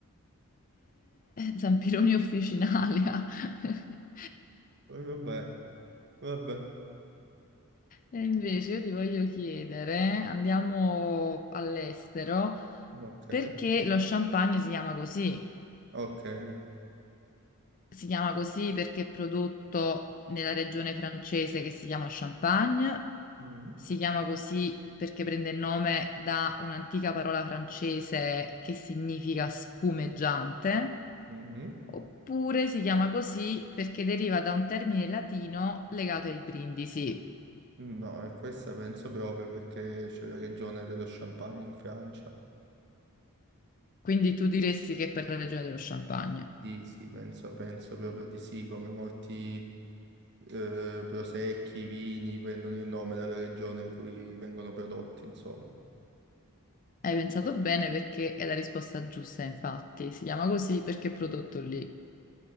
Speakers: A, on the left; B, on the right.
A: zampironi officinalia. <laughs>
B: Poi Vabbè, vabbè,
A: E invece io ti voglio chiedere, andiamo all'estero,
B: ok,
A: perché lo champagne si chiama così?
B: ok.
A: Si chiama così perché è prodotto nella regione francese che si chiama Champagne,
B: Mm,
A: si chiama così perché prende il nome da un'antica parola francese che significa spumeggiante.
B: mm.
A: Oppure si chiama così perché deriva da un termine latino legato ai brindisi.
B: mm. No, e questa penso proprio perché c'è la regione dello Champagne in Francia.
A: Quindi tu diresti che è per la regione dello Champagne.
B: Sì, sì, penso, penso proprio di sì, come molti... eh, prosecchi, vini, prendono il nome dalla regione in cui vengono prodotti, insomma.
A: Hai pensato bene perché è la risposta giusta, infatti. Si chiama così perché è prodotto lì.